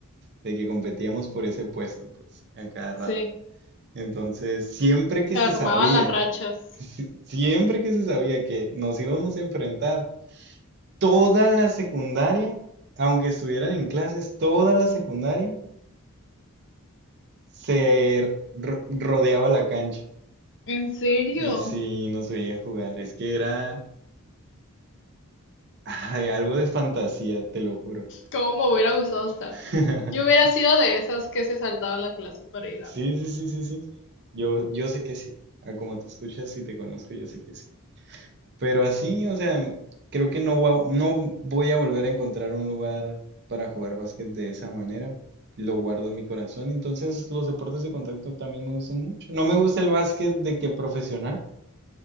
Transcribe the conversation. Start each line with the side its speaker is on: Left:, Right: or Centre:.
Right: de que competíamos por ese puesto, pues, a cada rato.
Left: sí.
Right: Entonces, siempre que
Left: Se
Right: se
Left: armaban
Right: sabía,
Left: las rachas.
Right: siempre que se sabía que nos íbamos a enfrentar, toda la secundaria, aunque estuvieran en clases, toda la secundaria se ro- rodeaba la cancha.
Left: ¿En serio?
Right: Y sí, nos veían jugar. Es que era ay, algo de fantasía, te lo juro.
Left: ¿Cómo me hubiera gustado estar?
Right: <laughs>
Left: Yo hubiera sido de esas que se saltaba la clase para ir
Right: Sí,
Left: a...
Right: sí, sí, sí, sí. Yo, yo sé que sí. A como te escuchas y te conozco, yo sé que sí. Pero así, o sea, creo que no va- no voy a volver a encontrar un lugar para jugar básquet de esa manera. Lo guardo en mi corazón. Entonces, los deportes de contacto también me gustan mucho. No me gusta el básquet de que profesional.